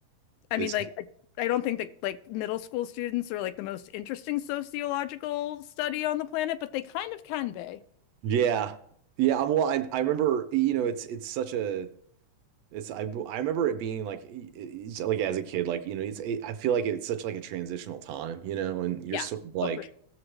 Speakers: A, on the left; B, on the right.
A: I
B: It's
A: mean, like, I I don't think that like middle school students are like the most interesting sociological study on the planet, but they kind of can be.
B: yeah. Yeah, I'm well I I remember you know it's it's such a it's I I remember it being like e- e- like as a kid like you know it's it, I feel like it's such like a transitional time, you know, and you're
A: Yeah.
B: sort of like
A: Oh, for-